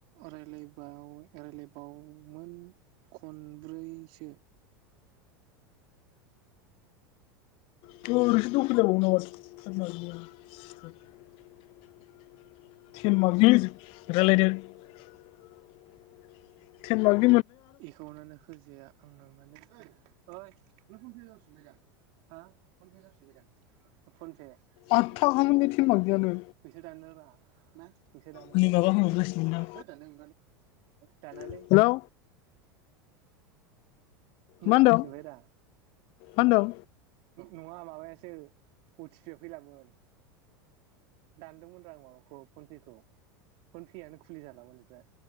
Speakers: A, on the right; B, on the left.
A: रायलाय। बाव राय्लायबावमोन खनब्रैसो।
B: <unintelligible> रायलायदों।
A: एकाउन्टनो होजाया आंना माने ओइ। नोंना फनपे या जासिनबायनाय दा हा फनपे जासिनबायदा फनपे। <inaudible> फैसा
B: आदथाखामोनलै टेन मार्कनियानो
A: दानो रा फैसा दानो
B: हनै माबा होहरगासिनो
A: होद
B: दां
A: दान दानालै
B: हेलौ
A: । मैया
B: मा होनदों
A: फैफिनलबाय
B: मा
A: दा
B: होनदों
A: नङा माबायासो। अटि पि आ फैलामोन दानदोंमोन रा आं माबाखौ फनपे खौ फनपेआनो खुलि जालामोन एमफ्राय।